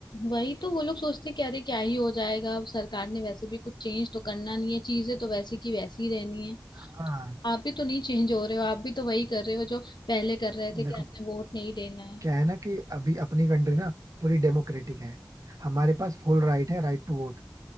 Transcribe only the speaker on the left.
वही तो वो लोग सोचते कि अरे क्या ही हो जाएगा अब सरकार ने वैसे भी कुछ चेंज तो करना नहीं है चीजें तो वैसी की वैसी ही रहनी है
आप भी तो नहीं चेंज हो रहे हो आप भी तो वही कर रहे हो जो पहले कर रहे थे कि
आपने वोट नहीं देना है